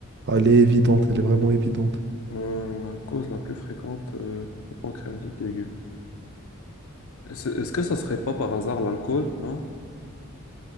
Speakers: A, on the right; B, on the left.
A: Ah, Elle est évidente, elle est vraiment évidente.
B: Euh, la cause la plus fréquente euh, de pancréatite aiguë. Est-ce est-ce que ça serait pas par hasard l'alcool, non?